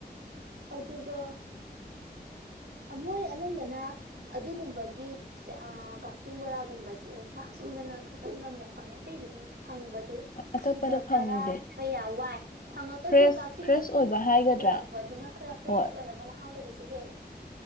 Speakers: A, on the right; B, on the left.
A: ꯑꯗꯨꯒ ꯃꯣꯏ ꯑꯅꯝꯕꯅ ꯑꯗꯨꯒꯨꯝꯕꯒꯤ ꯀꯛꯆꯤꯡ ꯕꯣꯔꯥꯒꯨꯝꯕꯁꯦ ꯀꯛꯆꯤꯡꯗꯅ ꯈꯤꯇꯪ ꯅꯝꯅ ꯐꯪꯉꯦ ꯑꯇꯩꯗꯗꯤ ꯐꯪꯕꯗꯨ
B: ꯑꯇꯣꯞꯄꯗ
A: ꯊꯤꯕ
B: ꯐꯪꯗꯦ
A: ꯈꯔ ꯀꯌꯥ ꯋꯥꯏ ꯐꯪꯉꯒꯁꯨ
B: ꯐ꯭ꯔꯦꯁ
A: ꯀꯛꯆꯤꯡꯗꯒꯤ
B: ꯐ꯭ꯔꯦꯁ ꯑꯣꯏꯕ ꯍꯥꯏꯒꯗ꯭ꯔꯥ
A: ꯄꯨꯔꯛꯄꯗꯨꯅ ꯈꯔ ꯐ꯭ꯔꯦꯁ
B: ꯍꯣꯏ
A: ꯑꯣꯏꯔꯒ ꯑꯃ ꯃꯍꯥꯎꯔꯤꯕꯁꯦ ꯍꯦꯜꯂꯦ